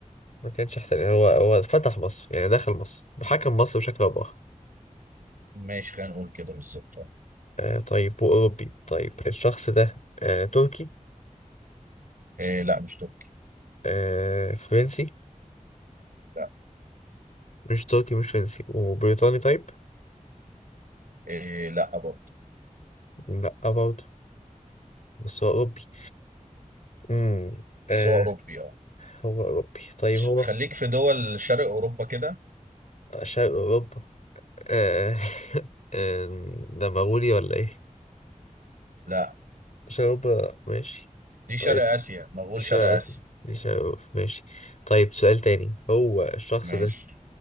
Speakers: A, on the left; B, on the right.
A: ما كانش احتل يعني هو هو فتح مصر يعني دخل مصر حكم مصر بشكل أو بآخر
B: ماشي خلينا نقول كده بالظبط
A: آه طيب وأوروبي طيب الشخص ده آه تركي
B: إيه لا مش تركي
A: آه فرنسي
B: لا
A: مش تركي مش فرنسي وبريطاني طيب
B: إيه لا برضه
A: لا برضه بس هو أوروبي امم آه
B: بس هو اوروبي اه
A: هو أوروبي طيب
B: ش-
A: هو
B: خليك
A: في
B: في دول شرق اوروبا كده
A: شرق أوروبا آه <laughs> آه، ده مغولي ولا إيه؟
B: لا
A: شرق أوروبا ماشي
B: دي شرق
A: طيب
B: اسيا مغول
A: دي شرق
B: شرق اسيا
A: آسيا دي شرق أوروبا ماشي طيب سؤال تاني هو الشخص
B: ماشي
A: ده